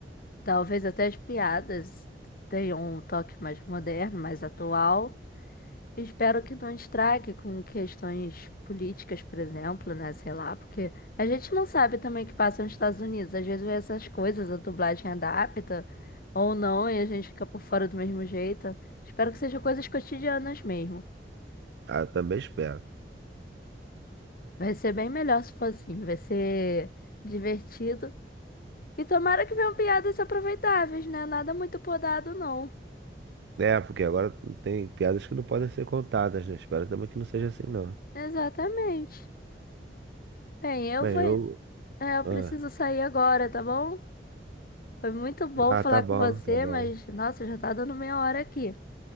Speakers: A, on the left; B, on the right.
A: Talvez até as piadas tenham um toque mais moderno, mais atual. Espero que não estrague com questões políticas, por exemplo, né? Sei lá, porque a gente não sabe também o que passa nos Estados Unidos. Às vezes essas coisas, a dublagem adapta ou não, e a gente fica por fora do mesmo jeito. Espero que sejam coisas cotidianas mesmo.
B: Ah, eu também espero.
A: Vai ser bem melhor se for assim. Vai ser divertido. E tomara que venham piadas aproveitáveis, né? Nada muito podado, não.
B: É, porque agora não tem piadas que não podem ser contadas, né? Espero também que não seja assim, não.
A: Exatamente. Bem, eu
B: Bem,
A: vou.
B: eu.
A: é, eu
B: Ah,
A: preciso sair agora, tá bom? Foi muito bom
B: ah,
A: falar
B: tá bom,
A: com você,
B: tá bom.
A: mas nossa, já tá dando meia hora aqui.